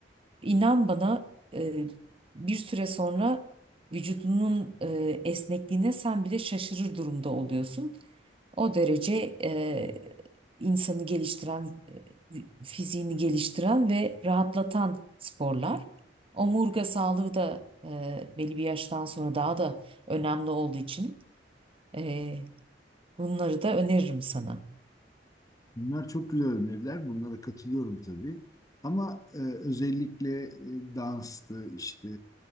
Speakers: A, on the right; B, on the left.
A: inan bana e, bir süre sonra vücudunun e, esnekliğine sen bile şaşırır durumda oluyorsun. O derece e, insanı geliştiren, e, fiziğini geliştiren ve rahatlatan sporlar. Omurga sağlığı da e, belli bir yaştan sonra daha da önemli olduğu için e, bunları da öneririm sana.
B: Bunlar çok güzel öneriler. Bunlara katılıyorum tabii. Ama e, özellikle e, danstı işte